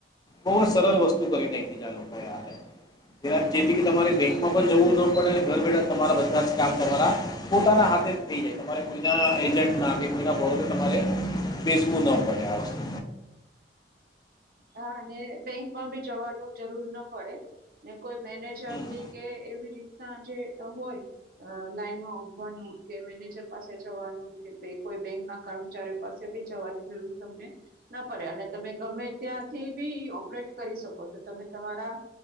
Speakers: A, on the left; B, on the right.
A: બહુ જ સરળ વસ્તુ કરી નાખી જાય લોકોએારે જેથી કે તમારે બેંકમાં પણ જવું ના પડે ઘર બેઠા તમારા બધા જ કામ તમારા પોતાના હાથે જ થઈ જાય તમારે કોઈના એજન્ટ ના કે કોઈના બરો તમારે બેસવું ન પડે આ વસ્તુ
B: હા અને બેંકમાં ભી જવાનું જરૂર ના પડે ને કોઈ મેનેજરની
A: હમ
B: કે એવી રીતના જે હોય અ લાઈનમાં ઉભવાનું કે મેનેજર પાસે જવાનું કે કોઈ બેંક ના કર્મચારીઓ પાસે બી જવાની જરૂર તમને ના પડે અને તમે તમે ત્યાંથી બી ઓપરેટ કરી શકો છો તમે તમારા